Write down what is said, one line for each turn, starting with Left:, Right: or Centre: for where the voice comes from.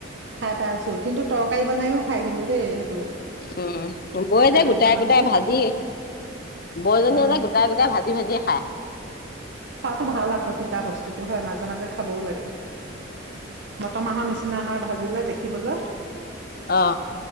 Right: খাই পাইছো। কিন্তু তৰকাৰী বনাইও খাই কিন্তু দেই হে
Left: উম বৌয়ে যে গোটাই-গোটাই
Right: কেইটামান দি
Left: ভাজি, <inaudible> বৌজনীয়ে
Right: অ
Left: যে গোটাই-গোটাই ভাজি ভাজি খাই।
Right: খোৱাতো ভাল আকৌ তিতা বস্তুতটো হয়, মাজে মাজে খাবও লাগে। মট মাহৰ নিচিনা হয় ভাজিলে দেখিবলৈ
Left: অ'।